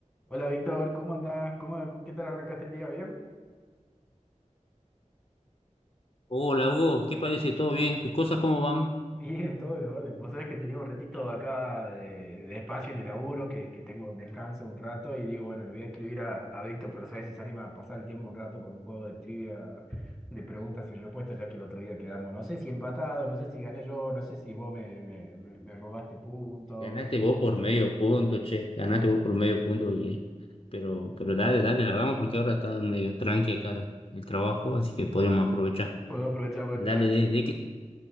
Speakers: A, in the centre; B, on the left.
A: Hola Víctor, ¿cómo andás? ¿Cómo, qué tal arrancaste el día? ¿Bien?
B: Hola Hugo, ¿qué parece? ¿Todo bien? ¿Tus cosas cómo van?
A: Bien, todo en orden. Vos sabés que tenía un ratito acá de, de espacio en el laburo, que, que tengo un descanso un rato y digo, bueno, le voy a escribir a, a Víctor para saber si se anima a pasar el tiempo un rato con un juego de trivia de preguntas y respuestas, ya que el otro día quedamos, no sé si empatado, no sé si gané yo, no sé si vos me, me, me, me robaste puntos.
B: Ganaste vos por medio punto, che. Ganaste vos por medio punto, oye. Pero, pero dale, dale, la hagamos porque ahora está medio tranqui acá el, el trabajo, así que podríamos aprovechar.
A: Puedo aprovechar, bueno,
B: Dale,
A: dale.
B: ¿de, de qué,